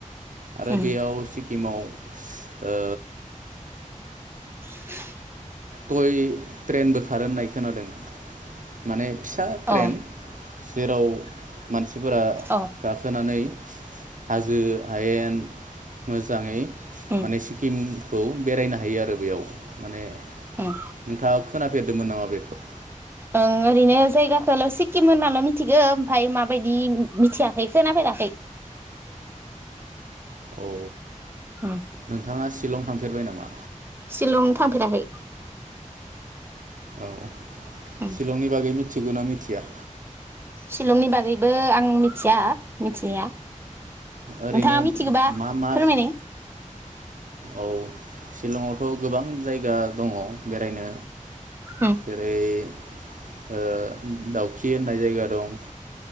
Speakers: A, on the right; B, on the right.
A: आरो
B: उम
A: बेयाव सिक्किमाव ओ
B: <unintelligible>
A: थय ट्रेनबो खारो होननाय खोनादों। माने फिसा ट्रेन
B: अ
A: जेराव मानसि सिफोरा
B: अ
A: गाखोनानै हाजो हेयेन मोजाङै
B: उम उम
A: माने सिक्किमखौ बेरायनो हायो हायो आरो बेयाव माने नोंथांआ
B: उम
A: खोनाफेरदोंमोन नामा बेखौ
B: ओं ओरैनो जायगाखौल' सिक्किम होननाल' मिथिगौ ओमफ्राय माबायदि मिथियाखै खोनाफेराखै
A: औ
B: उम
A: नोंथाङा शिलं थांफेरबाय नामा
B: शिलं थांफेराखै
A: औ
B: उम
A: सिलंनि बागै मिथि मिथिगौना मिथिया
B: शिलंनि बागैबो आं मिथिया मिथिया
A: ओरैनो
B: नोंथाङा मिथिगोबा
A: मा मा
B: फोरमायनाय
A: औ सिलंआवथ' गोबां जायगा दङ बेरायनो
B: उम
A: जेरै ओ दाउखि होननाय जायगा दं